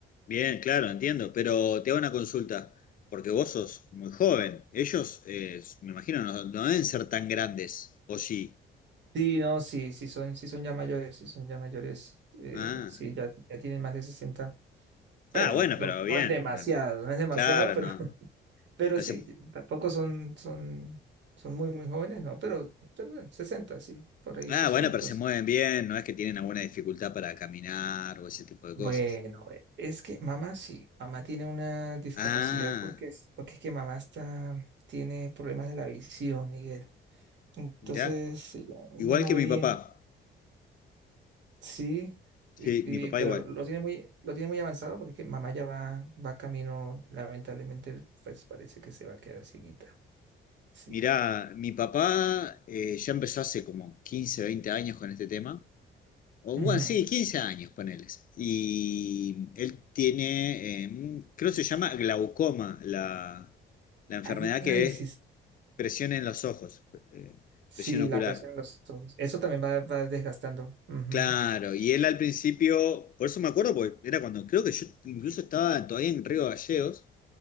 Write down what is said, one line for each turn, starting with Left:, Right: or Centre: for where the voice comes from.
Left: Bien, claro, entiendo. Pero te hago una consulta, porque vos sos muy joven. Ellos, eh, me imagino, no, no deben ser tan grandes, ¿o sí?
Right: Sí, no, sí, sí son, sí son ya mayores, sí son ya mayores, eh,
Left: Ah,
Right: sí, ya, ya tienen más de sesenta, Bueno,
Left: ah, bueno,
Right: no, no,
Left: pero
Right: no
Left: bien.
Right: es demasiado, no es demasiado,
Left: Claro,
Right: pero,
Left: no.
Right: <laughs> pero
Left: Pero
Right: sí,
Left: se
Right: tampoco son, son, son muy, muy jóvenes, ¿no? Pero, pero bueno, 60, sí, por ahí
Left: Ah,
Right: esos
Left: bueno,
Right: añitos.
Left: pero se mueven bien, no es que tienen alguna dificultad para caminar o ese tipo de
Right: Bueno,
Left: cosas.
Right: eh, es que mamá sí, mamá tiene una discapacidad
Left: Ah,
Right: porque es, porque es que mamá está, tiene problemas de la visión, Miguel. Entonces
Left: mirá,
Right: ella,
Left: igual
Right: ella no
Left: que
Right: ve
Left: mi
Right: bien.
Left: papá.
Right: Sí,
Left: Sí,
Right: y- y-
Left: mi papá
Right: pero
Left: igual.
Right: lo, lo tiene muy, lo tiene muy avanzado porque es que mamá ya va, va camino, lamentablemente, pues parece que se va a quedar cieguita. Sí.
Left: Mirá, mi papá eh, ya empezó hace como 15, 20 años con este tema. O
Right: Ujú.
Left: bueno, sí, 15 años, poneles. Y él tiene, eh, creo que se llama glaucoma, la, la enfermedad
Right: Ay, ay,
Left: que es
Right: sí,
Left: presión en los ojos, eh,
Right: sí,
Left: presión ocular.
Right: la presión en los ojos. Eso también va, va desgastando. Ujú.
Left: Claro, y él al principio, por eso me acuerdo, porque era cuando creo que yo incluso estaba todavía en Río Gallegos